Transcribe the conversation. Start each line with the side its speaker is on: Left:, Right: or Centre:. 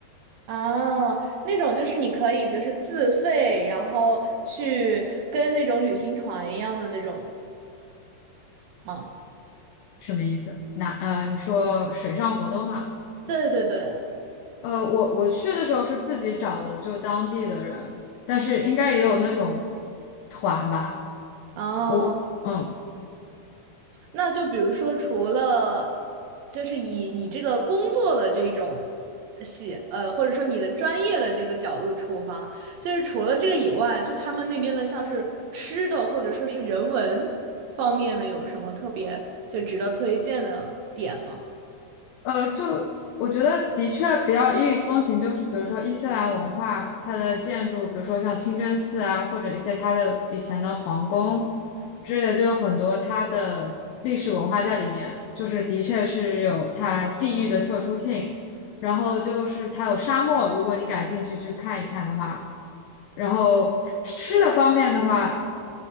Right: 哦，那种就是你可以就是自费，然后去跟那种旅行团一样的那种吗？
Left: 什么意思？那呃，你说水上活动吗？
Right: 对对对，
Left: 呃，我我去的时候是自己找的，就当地的人，但是应该也有那种团吧。
Right: 哦，
Left: 我嗯。
Right: 那就比如说除了就是以你这个工作的这种呃喜呃，或者说你的专业的这个角度出发，就是除了这个以外，就他们那边的像是吃的或者说是人文方面的有什么特别就值得推荐的点吗？
Left: 呃，就我觉得的确比较异域风情，就是比如说伊斯兰文化，它的建筑，比如说像清真寺啊，或者一些它的以前的皇宫之类，就有很多它的历史文化在里面，就是的确是有它地域的特殊性。然后就是它有沙漠，如果你感兴趣去看一看的话，然后吃的方面的话，